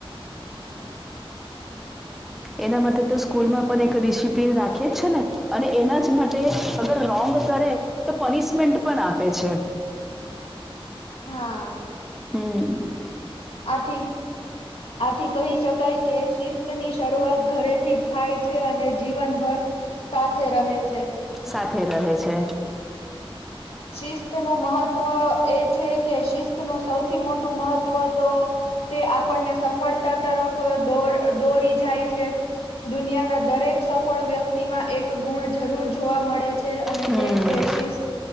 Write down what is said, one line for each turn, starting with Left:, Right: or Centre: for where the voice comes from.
Centre: એના માટે તો સ્કૂલમાં પણ એક ડિસિપ્લિન રાખી જ છે ને અને એના જ માટે અગર રોંગ કરે તો પનિશમેન્ટ પણ આપે છે.
Left: હા
Centre: હમ.
Left: આથી. આથી કહી શકાય કે શિસ્ત ની શરૂઆત ઘરેથી થાય છે અને જીવનભર સાથે રહે છે.
Centre: સાથે રહે છે
Left: શિસ્ત નું મહત્વ એ છે કે શિસ્ત નું સૌથી મોટું મહત્વ તો તે આપણને સફળતા તરફ દો દોરી જાય છે. દુનિયાના દરેક સફળ વ્યક્તિમાં એક ગુણ જરૂર જોવા મળે છે. અને
Centre: હમ
Left: તે છે શિસ્ત.